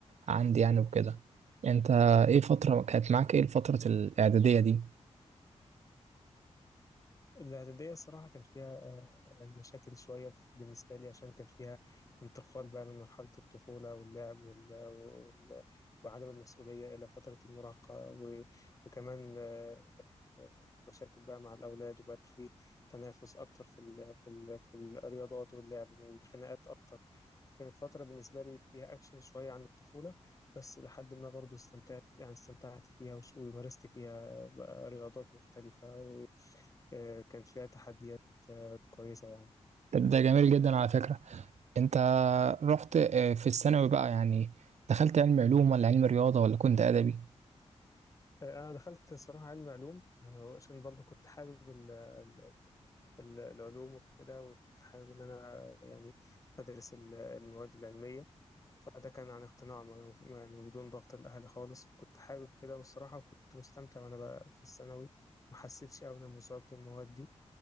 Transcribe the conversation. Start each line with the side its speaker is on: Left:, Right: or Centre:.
Right: عندي يعني وكده أنت إيه فترة كانت معاك إيه الفترة الإعدادية دي؟
Left: الاعدادية الصراحة كان فيها آه، يعني مشاكل شوية في- بالنسبة لي عشان كان فيها انتقال بقى من مرحلة الطفولة واللعب وال... وال... وعدم المسؤولية إلى فترة المراهقة و... وكمان آه، آه، مشاكل بقى مع الأولاد وبقت في تنافس أكتر في ال... في ال... في الرياضات واللعب والخناقات أكتر كانت فترة بالنسبة لي فيها أكشن شوية عن الطفولة بس لحد ما برضو استمتعت يعني استمتعت فيها وش- ومارست فيها بقى رياضات مختلفة آه، كانت فيها تحديات كويسة يعني
Right: طب ده جميل جدا على فكرة أنت رحت آه، في الثانوي بقى يعني دخلت علم علوم ولا علم رياضة ولا كنت أدبي؟
Left: آه، أنا دخلت الصراحة علم علوم آه، عشان برضه كنت حابب ال- ال- ال- العلوم وكده وكنت حابب إن أنا يعني أدرس ال- المواد العلمية فده كان عن اقتناع ما- يعني بدون ضغط الأهل خالص وكنت حابب كده والصراحة كنت مستمتع وأنا بقى في الثانوي ما حسيتش أبدا بصعوبة المواد دي